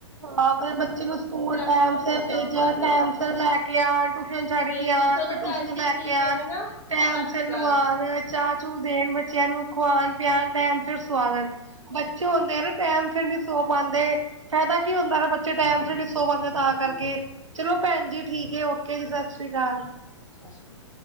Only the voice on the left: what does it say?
ਆਪਾਂ
ਹੋਰ
ਕੰਮ ਕਰਦੇ
ਹਾਂ।
ਬਿਲਕੁਲ
ਚਲੋ
ਭੈਣ ਜੀ
ਠੀਕ
ਹੈ ਹਨਾ
ਸਤਿ
ਸ੍ਰੀ ਅਕਾਲ।
ਸਾਸੀਕਾਲ।